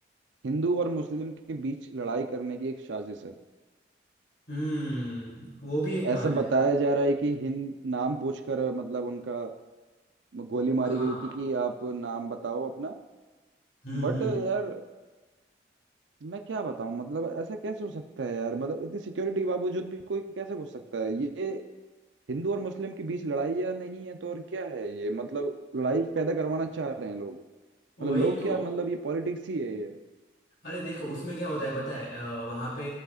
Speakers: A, on the right; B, on the left.
A: हिंदू और मुस्लिम के बीच लड़ाई करने की एक साजिश है
B: हम्म वो भी एक
A: ऐसा
B: बात है
A: बताया जा रहा है कि हिंद नाम पूछकर मतलब उनका गोली मारी
B: हाँ
A: गई थी कि आप नाम बताओ अपना
B: हम्म
A: बट
B: हम्म
A: यार
B: हम्म,
A: मैं क्या बताऊं मतलब ऐसा कैसे हो सकता है यार मतलब इतनी सिक्योरिटी के बावजूद भी कोई कैसे घुस सकता है ये हिंदू और मुस्लिम के बीच लड़ाई या नहीं है तो और क्या है ये मतलब लड़ाई पैदा करवाना चाह रहे हैं लोग
B: वही
A: मतलब लोग
B: तो
A: क्या मतलब ये पॉलिटिक्स ही है ये
B: अरे देखो उसमें क्या होता है पता है आ, वहाँ पे